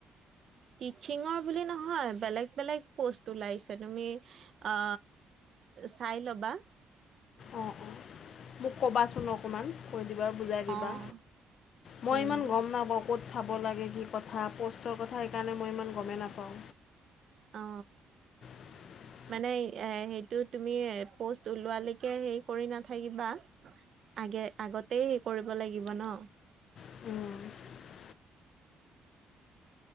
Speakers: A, on the right; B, on the left.
A: টিচিঙৰ বুলি নহয় বেলেগ বেলেগ প'ষ্ট ওলাইছে তুমি অ চাই ল'বা
B: অঁ অঁ মোক ক'বাচোন অকণমান কৈ দিবা বুজাই দিবা
A: অ'
B: মই
A: উম।
B: ইমান গম নাপাওঁ ক'ত চাব লাগে কি কথা প'ষ্টৰ কথা সেইকাৰণে মই ইমান গমেই নাপাওঁ
A: অ
B: <unintelligible>
A: মানে এ সেইটো তুমি প'ষ্ট ওলোৱালৈকে হেৰি কৰি নাথাকিবা আগে আগতেই কৰিব লাগিব ন
B: উম